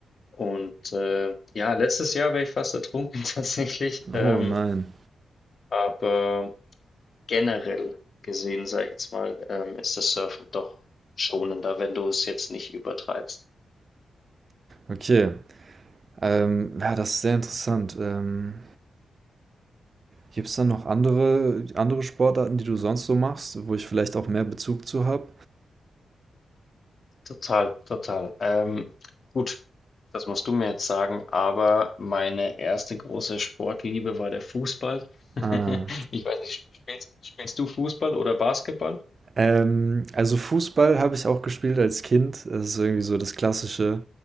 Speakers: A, on the left; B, on the right.
A: Und äh, ja, letztes Jahr wäre ich fast ertrunken <laughs> tatsächlich. Ähm,
B: Oh nein.
A: aber generell gesehen, sage ich jetzt mal, ähm, ist das Surfen doch schonender, wenn du es jetzt nicht übertreibst.
B: Okay. Ähm, ja, das ist sehr interessant. Ähm, gibt es dann noch andere, andere Sportarten, die du sonst so machst, wo ich vielleicht auch mehr Bezug zu habe?
A: Total, total. Ähm, gut, das musst du mir jetzt sagen, aber meine erste große Sportliebe war der Fußball. <laughs>
B: Ah.
A: Ich weiß nicht, spielst, spielst du Fußball oder Basketball?
B: Ähm, also Fußball habe ich auch gespielt als Kind. Das ist irgendwie so das Klassische.